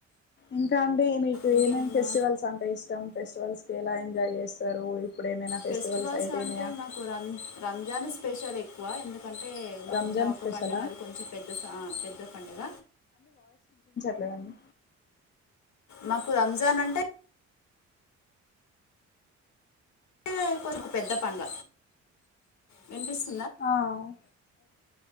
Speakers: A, on the left (about 35°); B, on the left (about 65°).
A: ఇంకా అండి మీకు
B: ఇంకేమన్నా
A: ఏమేం ఫెస్టివల్స్ అంటే ఇష్టం ఫెస్టివల్స్ కి ఎలా ఎంజాయ్ చేస్తారు ఇప్పుడు ఏమైనా
B: ఫెస్టివల్స్
A: అయిపోయినాయా
B: అంటే మాకు రం రంజాన్ స్పెషల్ ఎక్కువ ఎందు ఎందుకంటే మాకున్న
A: రంజాన్
B: ఒక్క
A: స్పెషలా
B: పడుగ అది కొంచెం పెద్ద పెద్ద పడుగ
A: పిలగాన్ని
B: మాకు రంజాన్ అంటే పేపర్కు పెద్ద పంగ విన్పిస్త్
A: అవు